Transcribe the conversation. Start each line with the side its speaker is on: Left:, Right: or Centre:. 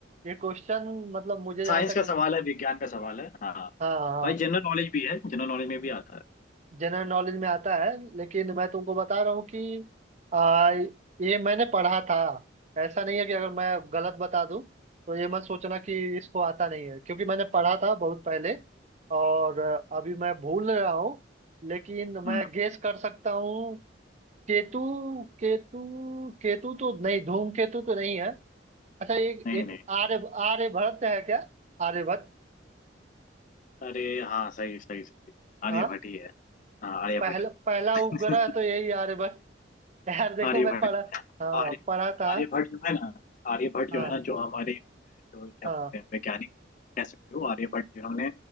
Right: ये क्वेश्चन मतलब मुझे जहाँ
Left: साइंस
Right: तक
Left: का सवाल है विज्ञान का सवाल है हाँ
Right: हाँ हाँ
Left: और जनरल नॉलेज भी है जनरल नॉलेज में भी आता है
Right: जनरल नॉलेज में आता है लेकिन मैं तुमको बता रहा हूँ कि आ, ये मैंने पढ़ा था ऐसा नहीं है कि अगर मैं गलत बता दूँ तो ये मत सोचना कि इसको आता नहीं है क्योंकि मैंने पढ़ा था बहुत पहले और अभी मैं भूल रहा हूँ लेकिन
Left: हम्म,
Right: मैं गेस कर सकता हूँ केतु केतु केतु तो नहीं धूमकेतु तो नहीं है अच्छा एक
Left: नहीं
Right: एक
Left: नहीं
Right: आर्य आर्यभट्ट है क्या आर्यभट्ट
Left: अरे हाँ सही सही सही आर्यभट्ट
Right: हाँ
Left: ही है हाँ आर्यभट्ट
Right: पहला
Left: ही
Right: पहला उपग्रह
Left: है।
Right: तो यही आर्यभट्ट
Left: <laughs>
Right: यार देखो
Left: आर्यभट्ट
Right: मैं पढ़ा
Left: ही है
Right: हाँ
Left: आर्य
Right: पढ़ा था
Left: आर्यभट्ट जो है ना आर्यभट्ट
Right: हाँ
Left: जो है ना जो हमारे जो क्या
Right: हाँ
Left: बोलते हैं वैज्ञानिक कह सकते हो आर्यभट्ट जिन्होंने